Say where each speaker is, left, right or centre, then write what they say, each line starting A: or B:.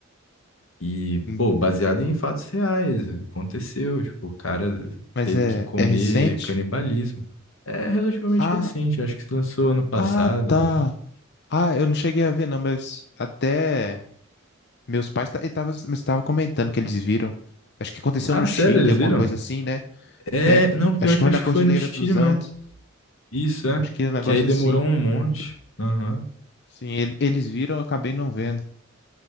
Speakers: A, on the left (about 80°); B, on the left (about 55°).
A: e,
B: hum,
A: pô, baseado em fatos reais, aconteceu, tipo, o cara
B: mas
A: teve
B: é,
A: que comer
B: é recente?
A: canibalismo. É relativamente
B: Ah,
A: recente, acho que se lançou ano passado.
B: ah, tá. Ah, eu não cheguei a ver, não, mas até meus pais ta- e tava- estavam comentando que eles viram. Acho que aconteceu
A: Ah,
B: no Chile,
A: sério, eles
B: alguma
A: viram?
B: coisa assim, né?
A: É,
B: É,
A: não, pior
B: acho que
A: que
B: foi
A: acho
B: na Cordilheira
A: que foi no Chile
B: dos
A: mesmo.
B: Andes.
A: Isso, é.
B: Acho que é um negócio
A: Que aí demorou
B: assim.
A: um monte.
B: Que,
A: Aham.
B: sim, ele- eles viram, eu acabei não vendo